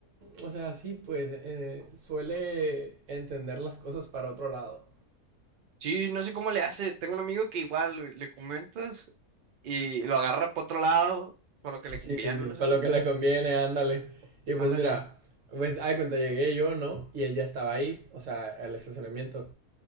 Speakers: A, on the right (about 60°); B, on the right (about 75°).
A: o sea, sí, pues eh, suele entender las cosas para otro lado.
B: Sí, no sé cómo le hace. Tengo un amigo que igual le, le comentas y lo agarra por otro lado, por lo que le
A: Sí,
B: conviene,
A: sí,
B: no sé.
A: para lo que le conviene, ándale. Y pues
B: Ándale.
A: mira, pues, ay, cuenta llegué yo, ¿no? Y él ya estaba ahí, o sea, al estacionamiento.